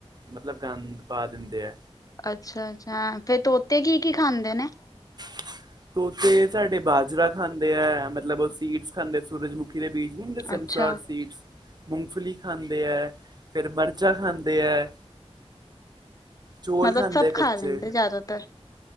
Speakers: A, on the right; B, on the left.
A: ਮਤਲਬ ਗੰਦ ਪਾ ਦਿੰਦੇ ਐ।
B: ਅੱਛਾ-ਅੱਛਾ, ਫੇਰ ਤੋਤੇ ਕੀ-ਕੀ ਖਾਂਦੇ ਨੇ?
A: <inaudible> ਤੋਤੇ ਸਾਡੇ ਬਾਜਰਾ ਖਾਂਦੇ ਐ ਮਤਲਬ ਉਹ ਸੀਡਸ ਖਾਂਦੇ ਆ ਸੂਰਜਮੁਖੀ ਦੇ ਬੀਜ <inaudible>
B: ਅੱਛਾ
A: ਮੂੰਗਫਲੀ ਖਾਂਦੇ ਐ, ਫਿਰ ਮਿਰਚਾ ਖਾਂਦੇ ਐ। ਚੌਲ
B: ਮਤਲਬ
A: ਖਾਂਦੇ
B: ਸਭ
A: ਐ
B: ਖਾ
A: ਕੱਚੇ,
B: ਲੈਂਦੇ ਜ਼ਿਆਦਾਤਰ